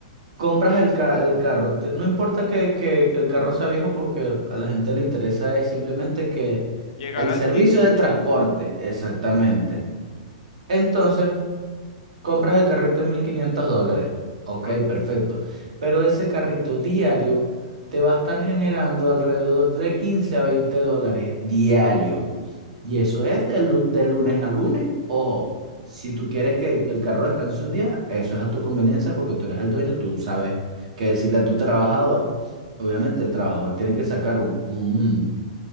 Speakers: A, on the right; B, on the left.
A: Compras el, ca- el carro. te- No importa que, que- que el carro sea viejo porque a la gente le interesa es simplemente que
B: Llegar
A: el
B: a
A: servicio
B: destino, pues.
A: del transporte, exactamente. Entonces, Compras el carrito en 1500 dólares. Ok,
B: Ajá.
A: perfecto. Pero ese carrito diario te va a estar generando alrededor de 15 a 20 dólares diario. Y eso es de, lu- de lunes a lunes. Ojo, si tú quieres que, que el carro descanse un día, eso es a tu conveniencia porque tú eres el dueño, tú sabes qué decirle a tu trabajador. Obviamente el trabajador tiene que sacar un- un-